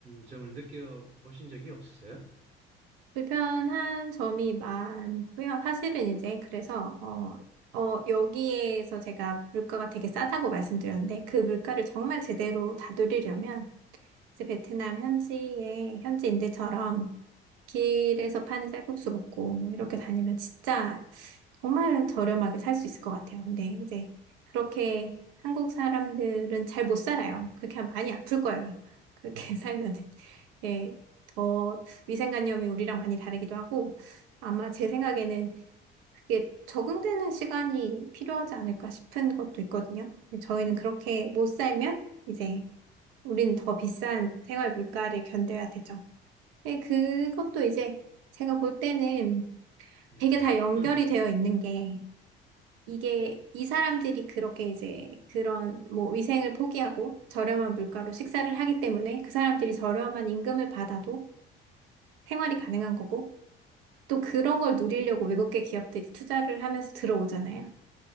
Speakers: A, on the right; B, on the right.
A: 점을 느껴보신 적이 없으세요?
B: 불편한 점이 많고요. 사실은 이제 그래서 어, 어, 여기에서 제가 물가가 되게 싸다고 말씀드렸는데 그 물가를 정말 제대로 다스리려면 그래서 베트남 현지에 현지인들처럼 길에서 파는 쌀국수 먹고 이렇게 다니면 진짜 정말 저렴하게 살 수 있을 것 같아요. 근데 이제 그렇게 한국 사람들은 잘 못 살아요. 그렇게 하면 많이 아플 거예요. 그렇게 <laughs> 살면은. 예, 더 위생관념이 우리랑 많이 다르기도 하고 아마 제 생각에는 그게 적응되는 시간이 필요하지 않을까 싶은 것도 있거든요. 근데 저희는 그렇게 못 살면 이제 우린 더 비싼 생활 물가를 견뎌야 되죠. 예, 그것도 이제 제가 볼 때는
A: 예.
B: 되게 다 연결이
A: 음,
B: 되어 있는 게 이게 이 사람들이 그렇게 이제 그런 뭐 위생을 포기하고 저렴한 물가로 식사를 하기 때문에 그 사람들이 저렴한 임금을 받아도 생활이 가능한 거고 또 그런 걸 누리려고 외국계 기업들이 투자를 하면서 들어오잖아요.